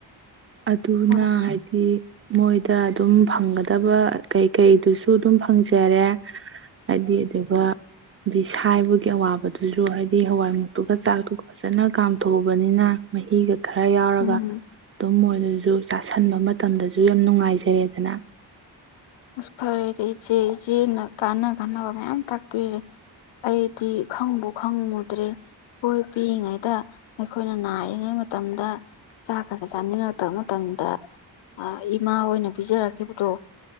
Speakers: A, on the right (about 30°); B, on the left (about 80°).
A: ꯑꯗꯨꯅ
B: ꯑꯁ
A: ꯍꯥꯏꯗꯤ ꯃꯣꯏꯗ ꯑꯗꯨꯝ ꯐꯪꯒꯗꯕ ꯀꯩꯀꯩꯗꯨꯁꯨ ꯑꯗꯨꯝ ꯐꯪꯖꯔꯦ ꯍꯥꯏꯗꯤ ꯑꯗꯨꯒ ꯗꯤ ꯁꯥꯏꯕꯒꯤ ꯑꯋꯥꯕꯗꯨꯁꯨ ꯍꯥꯏꯗꯤ ꯍꯋꯥꯏꯃꯨꯛꯇꯨꯒ ꯆꯥꯛꯇꯨꯒ ꯐꯖꯅ ꯀꯥꯝꯊꯣꯛꯑꯕꯅꯤꯅ ꯃꯍꯤꯒ ꯈꯔ ꯌꯥꯎꯔꯒ
B: ꯎꯝ
A: ꯑꯗꯨꯝ ꯃꯨ ꯑꯗꯨꯁꯨ ꯆꯥꯁꯟꯕ ꯃꯇꯝꯗꯁꯨ ꯌꯥꯝ ꯅꯨꯡꯉꯥꯏꯖꯔꯦꯗꯅ
B: ꯑꯁ ꯐꯔꯦꯗꯤ ꯏꯆꯦ ꯏꯆꯦꯅ ꯀꯥꯟꯅ ꯀꯥꯟꯅꯕ ꯃꯌꯥꯝ ꯇꯥꯛꯄꯤꯔꯦ ꯑꯩꯗꯤ ꯈꯪꯕꯨ ꯈꯪꯉꯨꯗ꯭ꯔꯦ ꯈꫭꯏ ꯄꯤꯛꯏꯉꯩꯗ ꯑꯩꯈꯣꯏꯅ ꯅꯥꯔꯤꯉꯩ ꯃꯇꯝꯗ ꯆꯥꯛ ꯀꯥꯁ‌ꯦ ꯆꯥꯅꯤꯡꯉꯛꯇꯕ ꯃꯇꯝꯗ ꯏꯃꯥ ꯍꯣꯏꯅ ꯄꯤꯖꯔꯛꯈꯤꯕꯗꯣ